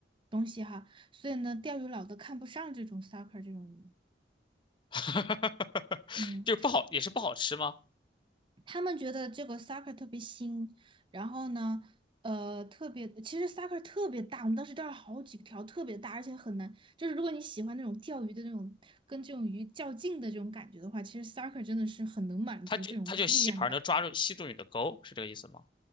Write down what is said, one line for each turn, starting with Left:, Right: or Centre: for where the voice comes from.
Right: 东西哈，所以呢，钓鱼佬都看不上这种 sucker 这种鱼。
Left: <laughs> 哈哈哈哈哈，
Right: 嗯
Left: 就是不好，也是不好吃吗？
Right: 他们觉得这个 soccer 特别新，然后呢，呃，特别，其实 soccer 特别大，我们当时钓了好几条，特别大，而且很难。就是如果你喜欢那种钓鱼的那种，跟这种鱼较劲的这种感觉的话，其实 soccer 真的是很能满足这种力量感。
Left: 它就它就吸盘能抓住吸住你的钩，是这个意思吗？